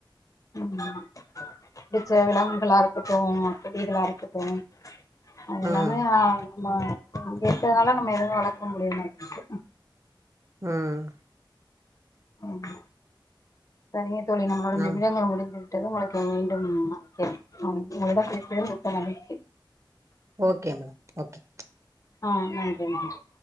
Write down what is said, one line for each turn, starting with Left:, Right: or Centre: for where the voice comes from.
Left: ம் புடிச்சதெல்லாம் கலா இருக்கட்டு கொடிகளா இருக்கட்டு அது
Right: ம்
Left: எல்லாமே நம்ம இங்க இருக்கதனால நம்ம எதுவு வளக்க முடிய மாட்டுந்து
Right: ம்
Left: ம் சரிங்க தோழி நம்ளோட
Right: நம்
Left: நிமிடங்கள் முடிந்தது விட்டது <unintelligible> உங்களிடம் பேசுனது மிக்க மகிழ்ச்சி
Right: ஓகே மேடம் ஓகே
Left: ஆ நன்றி நன்றி